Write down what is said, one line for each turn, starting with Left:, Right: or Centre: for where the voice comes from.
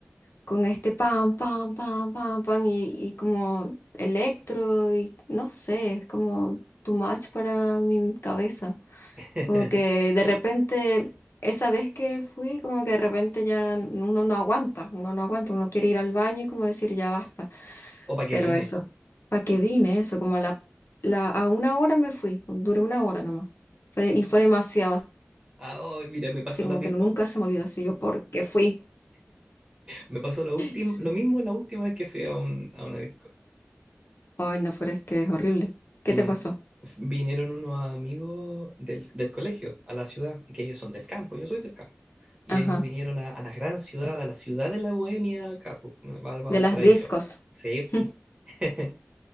Left: con este pam, pam, pam, pam, pam y, y como electro y no sé, es como too much para mi cabeza.
Right: <laughs>
Left: Como que de repente, esa vez que fui, como que de repente ya uno no aguanta, uno no aguanta, uno quiere ir al baño y como decir ya basta.
Right: ¿O para qué
Left: Pero
Right: vine?
Left: eso, ¿para qué vine? Eso, como a la, la, a una hora me fui, duré una hora nomás. Fue- y fue demasiado,
Right: Ah, oh, mira, me pasó
Left: así como
Right: lo mismo
Left: que nunca se me olvidó, así yo, ¿por qué fui?
Right: Me pasó la última,
Left: Sí.
Right: lo mismo la última vez que fui a, un, a una disco.
Left: Ay, no, pero es que es horrible. ¿Qué
Right: Mm,
Left: te pasó?
Right: f- Vinieron unos amigos del, del colegio a la ciudad, que ellos son del campo, yo soy del campo. Y
Left: Ajá,
Right: ellos vinieron a, a la gran ciudad, a la ciudad de la Bohemia, acá, po, Val- Valparaíso.
Left: de las discos.
Right: Sí.
Left: <laughs>
Right: <laughs>